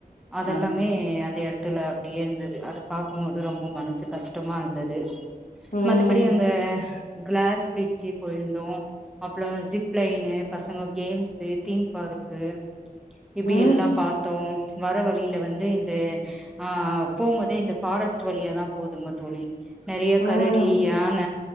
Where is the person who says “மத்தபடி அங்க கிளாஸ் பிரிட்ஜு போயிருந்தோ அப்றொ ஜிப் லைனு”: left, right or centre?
Centre